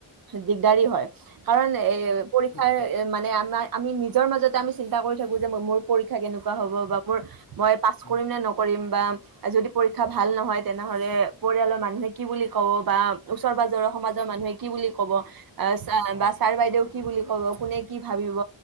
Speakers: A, on the right; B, on the left.
A: দিগদাৰি হয়, কাৰণ এ পৰীক্ষাৰ
B: ঠিক ঠিক
A: মানে আমাৰ আমি নিজৰ মাজতে আমি চিন্তা কৰি থাকোঁ যে, মোৰ পৰীক্ষা কেনেকুৱা হ'ব বা মোৰ মই পাছ
B: উম
A: কৰিম নে নকৰিম বা যদি পৰীক্ষা ভাল নহয়, তেনেহ'লে পৰিয়ালৰ মানুহে কি বুলি ক'ব বা ওচৰ পাজৰৰ সমাজৰ মানুহে কি বুলি ক'ব আহ ছাৰ
B: হয়
A: বা ছাৰ বাইদেউ কি বুলি কোনে কি ভাবিব,